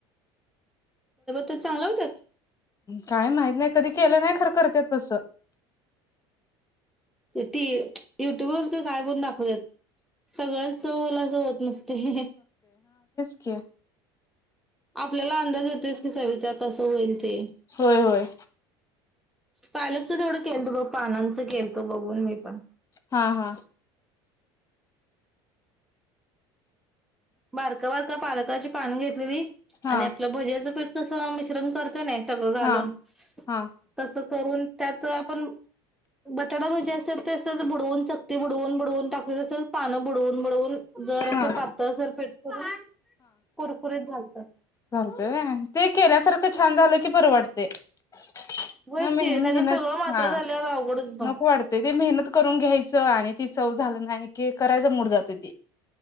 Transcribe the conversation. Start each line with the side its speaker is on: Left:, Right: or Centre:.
Centre: ते चांगलं हुत्यात
Left: काय माहित नाही कधी केलं नाही खर करत्यात तस
Centre: ते ती युट्यूब वरच काय पण दाखवतात सगळं चवला असं होत नसते
Left: के
Centre: आपल्याला अंदाज येतोयच की सविता कस होईल ते
Left: होय होय
Centre: पालकचं तेवडं केलतो बघ पानांचं केलतो बघून मी पण
Left: हा हा
Centre: बारक बारक का पालकाची पान घेतलेली
Left: हा
Centre: आणि आपलं भज्याचं पिठ तस मिश्रण कर सगळं घालून
Left: हा हा
Centre: तस करून त्यात आपण बटाटा भजी असतात तसंच बुडवून चकती बुडवून बुडवून टाकत असत्यात पान बुडवून बुडवून जर असं
Left: हा
Centre: पातळसर कुरूम कुरकुरीत झालं ह
Left: चालतय- ते केल्यासारखं छान झाल की बरं वाटते <unintelligible>
Centre: होयच
Left: मेहनत
Centre: की नाही तर सगळं मात्र
Left: <unintelligible>
Centre: झाल्यावर अवघडच बघ
Left: वाढतेय ते मेहनत करून घ्यायचं <unintelligible> <unintelligible> की त्यो करायच मूड जातो ते